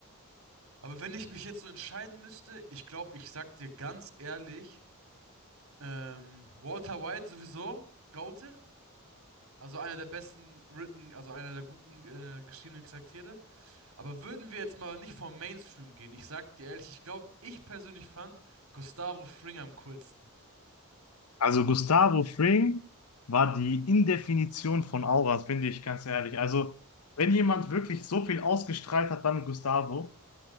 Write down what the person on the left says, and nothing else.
Also, Gustavo Fring war die Indefinition von Auras, finde ich, ganz ehrlich. Also, wenn jemand wirklich so viel ausgestrahlt hat, dann Gustavo.